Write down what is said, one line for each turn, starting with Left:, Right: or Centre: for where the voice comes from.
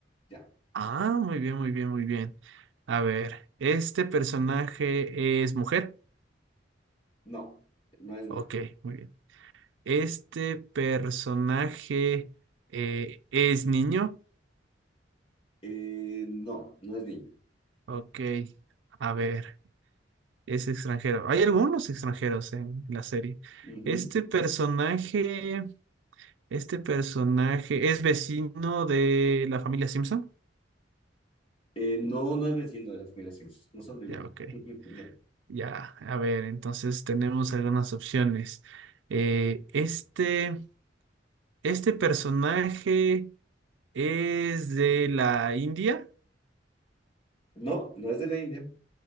Left: Ya,
Right: Ah, muy bien, muy bien, muy bien. A ver, ¿este personaje es mujer?
Left: no, no es mujer.
Right: Ok, muy bien. Este personaje eh, es niño.
Left: Eh, no, no es niño.
Right: Ok, a ver, es extranjero. Hay algunos extranjeros en la serie.
Left: Ujú.
Right: Este personaje, este personaje es vecino de la familia Simpson.
Left: Eh, no, no es vecino de las familia no son de
Right: Ya,
Left: bien.
Right: ok.
Left: <laughs> Ya.
Right: Ya, a ver, entonces tenemos algunas opciones. Eh, este, este personaje es de la India.
Left: No, no es de la India.